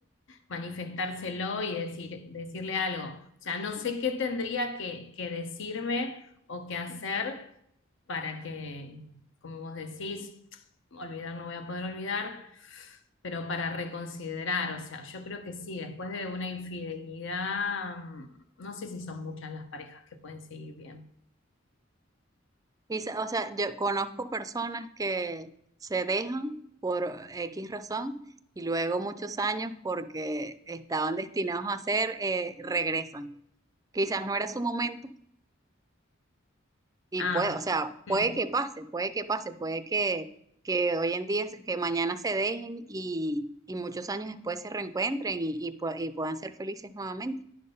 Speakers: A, on the left; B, on the right.
A: manifestárselo y decir, decirle algo. O sea, no sé qué tendría que, que decirme o qué hacer para que, como vos decís, olvidar no voy a poder olvidar, pero para reconsiderar, o sea, yo creo que sí, después de una infidelidad, mm, no sé si son muchas las parejas que pueden seguir bien.
B: Y se- o sea, yo conozco personas que se dejan por X razón y luego muchos años porque estaban destinados a hacer, eh, regresan. Quizás no era su momento y
A: Ah,
B: puede, o sea,
A: mm,
B: puede que pase, puede que pase, puede que, que hoy en día, que mañana se dejen y, y muchos años después se reencuentren y, y, pue- y puedan ser felices nuevamente.